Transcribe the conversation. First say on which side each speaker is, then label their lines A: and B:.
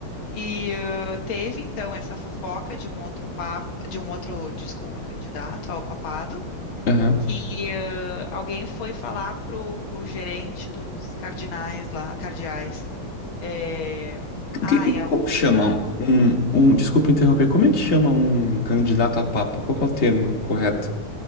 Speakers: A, on the left; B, on the left.
A: E eh, teve, então, essa fofoca de um outro papa, de um outro, desculpa, candidato ao papado,
B: Aham.
A: que eh, alguém foi falar pro, pro gerente dos cardinais lá, cardeais, eh,
B: O
A: ai,
B: que, que-
A: a
B: como
A: última
B: chama um, um, desculpa interromper, como é que chama um candidato a papa? Qual que é o termo correto?